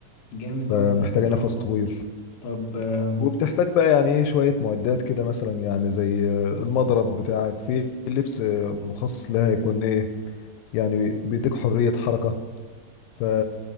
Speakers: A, on the left (about 65°); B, on the left (about 85°).
A: جامد
B: فمحتاجة
A: أوي ده ما شاء
B: نفس
A: الله
B: طويل
A: طب آم،
B: وبتحتاج بقى يعني ايه شوية معدات كده مثلا يعني زي المضرب بتاعك في لبس مخصص لها يكون ايه يعني بيديك حرية حركة ف